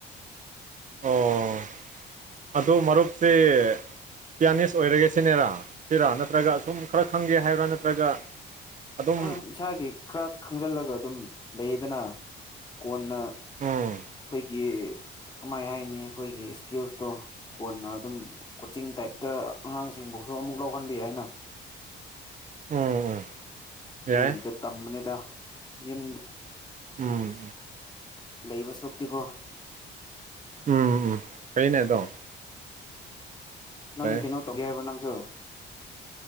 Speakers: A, on the right; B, on the left.
A: ꯑꯣ ꯑꯗꯨ ꯃꯔꯨꯞꯇꯤ ꯄꯤꯌꯥꯅꯤꯁ ꯑꯣꯏꯔꯒꯦ ꯁꯤꯅꯦꯔꯥ ꯁꯤꯔꯥ ꯅꯠꯇ꯭ꯔꯒ ꯁꯨꯝ ꯈꯔ ꯈꯪꯒꯦ ꯍꯥꯏꯕ꯭ꯔꯥ ꯅꯠꯇ꯭ꯔꯒ ꯑꯗꯨꯝ
B: ꯑꯥ ꯏꯁꯥꯒꯤ ꯈꯔ ꯈꯪꯖꯤꯜꯂꯒ ꯑꯗꯨꯝ ꯂꯩꯌꯦꯗꯅ ꯀꯣꯟꯅ ꯑꯩꯈꯣꯏꯒꯤ
A: ꯎꯝ
B: ꯀꯃꯥꯏ ꯍꯥꯏꯅꯤ ꯑꯩꯈꯣꯏꯒꯤ ꯏꯁꯀꯤꯜꯁꯇꯣ ꯀꯣꯟꯅ ꯑꯗꯨꯝ ꯀꯣꯆꯤꯡ ꯇꯥꯏꯞꯇ ꯑꯉꯥꯡꯁꯤꯡꯕꯨꯁꯨ ꯑꯃꯨꯛ ꯂꯧꯍꯟꯕ ꯌꯥꯏꯅ
A: ꯎꯝ ꯎꯝ
B: <unintelligible>
A: ꯌꯥꯏ
B: ꯇꯝꯕꯅꯤꯗ ꯌꯨꯝꯗ
A: ꯎꯝ ꯎꯝ
B: ꯂꯩꯕ ꯁꯥꯔꯨꯛꯄꯨꯗꯤꯒꯣ
A: ꯎꯝ ꯎꯝ ꯐꯩꯅꯦ ꯑꯗꯣ
B: ꯅꯪ
A: ꯐꯩ
B: ꯀꯩꯅꯣ ꯇꯧꯒꯦ ꯍꯥꯏꯕ꯭ꯔꯣ ꯅꯪꯁꯨ